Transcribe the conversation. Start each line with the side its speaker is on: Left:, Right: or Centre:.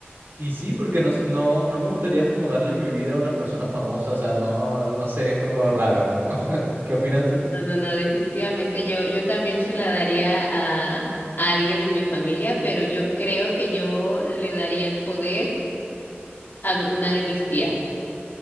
Right: Y sí, porque no, s- no, no me gustaría como darle mi vida a una persona famosa, o sea, no, no sé, es como raro, como, <laughs> ¿qué opinas tú?
Left: No, no, no, definitivamente yo, yo también se la daría a, a alguien en mi familia, pero yo creo que yo le daría el poder a una de mis tías,